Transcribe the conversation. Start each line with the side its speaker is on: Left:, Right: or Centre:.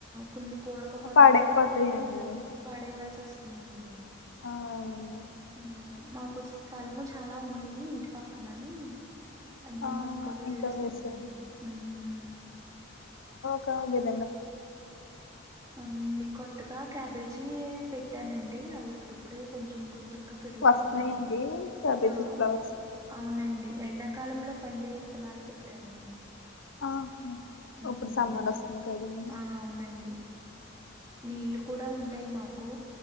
Right: కొన్ని. కూరకు పనికికొస్తే
Left: పాడైపోతాయండి
Right: కొన్ని, పాడేయవలసి వస్తుందండి.
Left: ఆ అవునండి
Right: అందుకని మాకు స్థలము చాలా ఉంది, ఇంటి పక్కనని. అన్ని
Left: ఆ
Right: మొక్కలు
Left: ఇంకా
Right: వేస్తున్నానా
Left: వేసాను
Right: అండి హుమ్మ్.
Left: కాజాల్.
Right: అన్ని కొత్తగా, క్యాబేజీ పెట్. ట్టానండి అవి ఇప్పుడు. అప్పుడే కొంచెం కొంచెంగా పెరుగుతున్నాయి.
Left: వస్తున్నాయండి అభిజిత్
Right: ఆ
Left: ఫ్లవర్స్
Right: అవునండి, ఎండాకాలంలో పండే విత్తనాలు పెట్టానండి.
Left: ఆ.
Right: మ్మ్
Left: ఇప్పుడు సమ్మార్ వస్తుంది కదండి.
Right: ఆ అవునండి నీళ్ళు కూడా ఉంటాయి మాకు.